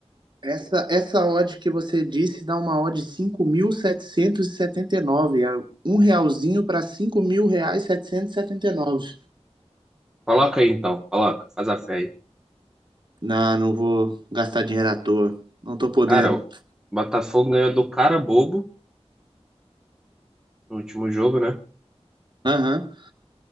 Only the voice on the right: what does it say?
Essa, essa odd que você disse dá uma odd de cinco mil setecentos e setenta e nove É um realzinho para cinco mil reais setecentos e e setenta e nove
Não, não vou gastar dinheiro à toa. Não tô podendo.
Aham.